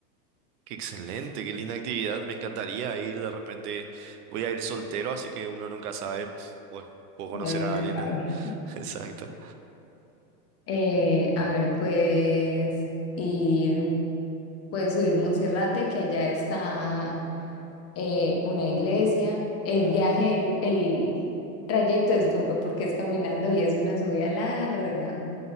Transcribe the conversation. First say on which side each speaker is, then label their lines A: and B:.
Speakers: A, on the right (about 65°); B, on the left (about 30°).
A: Qué excelente, qué linda actividad. Me encantaría ir de repente. Voy a ir soltero, así que uno nunca sabe. Bueno, puedo conocer
B: Uno nunca
A: a alguien
B: sabe.
A: allá. <laughs> Exacto.
B: Eh, a ver, puedes ir, puedes subir Monserrate, que allá está eh, una iglesia. El
A: Mm,
B: viaje, el trayecto es duro porque es caminando y es una subida larga.